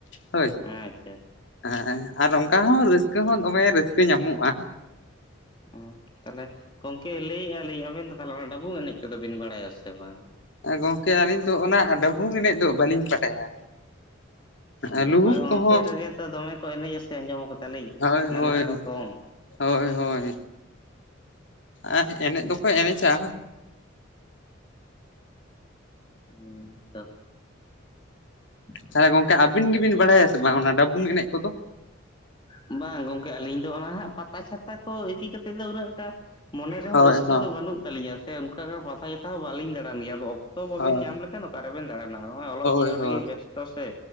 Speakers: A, on the left; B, on the left.
A: ᱦᱳᱭ,
B: ᱟᱪᱪᱷᱟ
A: ᱦᱮᱸ ᱟᱨ ᱚᱱᱠᱟ ᱦᱚᱸ ᱨᱟᱹᱥᱠᱟᱹ ᱦᱚᱸ ᱫᱚᱢᱮ ᱨᱟᱹᱥᱠᱟᱹ ᱧᱟᱢᱚᱜᱼᱟ᱾
B: ᱚᱸ ᱛᱟᱦᱚᱞᱮ ᱜᱚᱝᱠᱮ ᱞᱟᱹᱭᱮᱜᱼᱟ ᱞᱤᱧ ᱟᱵᱮᱱ ᱫᱚ ᱛᱟᱦᱚᱞᱮ ᱚᱱᱟ ᱰᱟᱹᱵᱩᱝ ᱮᱱᱮᱡ ᱠᱚᱫᱚ ᱵᱤᱱ ᱵᱟᱲᱟᱭᱟ ᱥᱮ ᱵᱟᱝ?
A: ᱜᱚᱢᱠᱮ ᱟᱹᱞᱤᱧ ᱫᱚ ᱚᱱᱟ ᱰᱟᱹᱵᱩᱝ ᱮᱱᱮᱡ ᱫᱚ ᱵᱟᱹᱞᱤᱧ ᱵᱟᱰᱟᱭᱟ᱾
B: ᱚ
A: ᱟᱨ ᱞᱩᱦᱩᱠ
B: ᱵᱟᱝ
A: ᱠᱚᱦᱚᱸ
B: ᱚᱱᱛᱮ <unintelligible> ᱫᱚᱢᱮ ᱠᱚ ᱮᱱᱮᱡ ᱥᱮ ᱟᱸᱡᱚᱢ ᱠᱟᱫᱟᱞᱤᱧ
A: ᱦᱳᱭ
B: ᱱᱟᱱᱟ
A: ᱦᱳᱭ
B: ᱨᱚᱠᱚᱢ
A: ᱦᱳᱭ ᱦᱳᱭ ᱟᱨ ᱮᱱᱮᱡ ᱫᱚᱠᱚ ᱮᱱᱮᱡᱟ,
B: ᱦᱮᱸ ᱛᱚ <inaudible>
A: ᱛᱟᱦᱚᱞᱮ ᱜᱚᱝᱠᱮ ᱟᱹᱵᱤᱱ ᱜᱮᱵᱤᱱ ᱵᱟᱲᱟᱭᱟ ᱥᱮ ᱵᱟᱝ ᱚᱱᱟ ᱰᱟᱵᱩᱝ ᱮᱱᱮᱡ ᱠᱚᱫᱚ?
B: ᱚᱸᱜ ᱵᱟᱝ ᱜᱚᱝᱠᱮ ᱟᱹᱞᱤᱧ ᱫᱚ ᱚᱱᱟ ᱦᱟᱸᱜ ᱯᱟᱛᱟ ᱪᱷᱟᱛᱟ ᱠᱚ ᱤᱫᱤ ᱠᱟᱛᱮᱫ ᱫᱚ ᱩᱱᱟᱹᱜ ᱴᱟᱦ ᱢᱚᱱᱮ ᱨᱮᱦᱚᱸ
A: ᱦᱳᱭ
B: ᱨᱟᱹᱥᱠᱟᱹ
A: ᱦᱳᱭ
B: ᱫᱚ ᱵᱟᱹᱱᱩᱜ ᱛᱟᱞᱤᱧᱟ ᱥᱮ ᱚᱱᱠᱟ ᱠᱟ ᱯᱟᱛᱟ ᱪᱷᱟᱛᱟ ᱦᱚᱸ ᱵᱟᱹᱞᱤᱧ ᱫᱟᱬᱟᱱ ᱟᱫᱚ ᱜᱮᱭᱟᱫᱚ ᱚᱠᱛᱚ ᱵᱟᱵᱮᱱ
A: ᱦᱳᱭ
B: ᱧᱟᱢ ᱞᱮᱠᱷᱟᱱ ᱚᱠᱟ ᱨᱮᱵᱮᱱ ᱫᱟᱲᱟᱱᱟ ᱱᱚᱜᱼᱚᱭ ᱚᱞᱚᱜ
A: ᱦᱳᱭ
B: ᱡᱤᱭᱚᱱ
A: ᱦᱳᱭ
B: ᱨᱮᱜᱮ ᱵᱮᱥᱛᱚ ᱥᱮ᱾